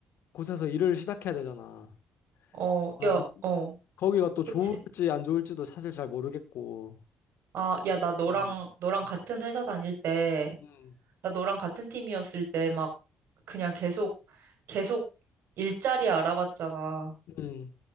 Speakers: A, on the left; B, on the right.
A: 곳에서 일을 시작해야 되잖아.
B: 어,
A: 어,
B: 야, 어.
A: 거기가 또
B: 그치?
A: 좋을지 안 좋을지도 사실 잘 모르겠고
B: 아, 야, 나 너랑,
A: 복박이지.
B: 너랑
A: 음.
B: 같은 회사 다닐 때,
A: 음.
B: 나 너랑 같은 팀이었을 때 막 그냥 계속, 계속 일자리 알아봤잖아.
A: 음.